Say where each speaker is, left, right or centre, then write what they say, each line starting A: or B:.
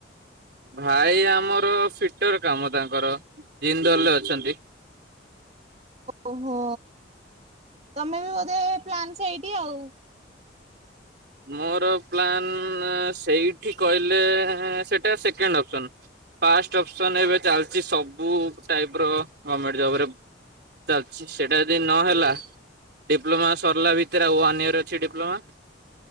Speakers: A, on the right (about 60°); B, on the right (about 35°).
A: ଭାଇ ଆମର ଫିଟର୍ କାମ ତାଙ୍କର ଜିନ୍ଦଲ୍ ରେ ଅଛନ୍ତି।
B: ଓହୋ ତମେ ବି ବୋଧେ ପ୍ଲାନ୍ ସେଇଠି ଆଉ।
A: ମୋର ପ୍ଲାନ୍ ସେଇଠି କହିଲେ ସେଇଟା ସେକେଣ୍ଡ ଅପସନ୍। ଫାଷ୍ଟ ଅପସନ୍ ଏବେ ଚାଲିଛି ସବୁ ଟାଇପ ର ଗଭର୍ମେଣ୍ଟ ଜବରେ। ଚାଲିଛି ସେଇଟା ଯଦି ନହେଲା ଡିପ୍ଲୋମା ସରିଲା ଭିତରେ ଆଉ ୱାନ୍ ଇୟର ଅଛି ଡିପ୍ଲୋମା।